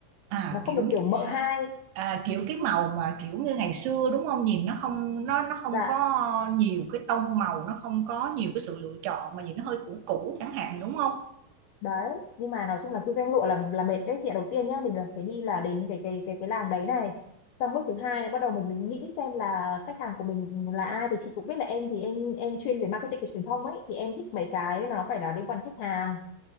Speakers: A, on the right; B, on the left.
A: À
B: nó không
A: kiểu
B: được kiểu mợ hai.
A: à, kiểu cái màu mà kiểu như ngày xưa đúng không? Nhìn nó không nó nó không
B: Dạ,
A: có nhiều cái tông màu, nó không có nhiều cái sự lựa chọn mà nhìn nó hơi cũ cũ chẳng hạn đúng không?
B: đấy. Nhưng mà nói chung là kinh doanh lụa là là mệt đấy chị ạ. Đầu tiên nhá, mình là phải đi là đến cái cái cái cái làng đấy này. Xong bước thứ hai là bắt đầu mình mình nghĩ xem là khách hàng của mình là ai thì chị cũng biết là em thì em em chuyên về marketing và truyền thông ấy thì em thích mấy cái nó phải là liên quan đến khách hàng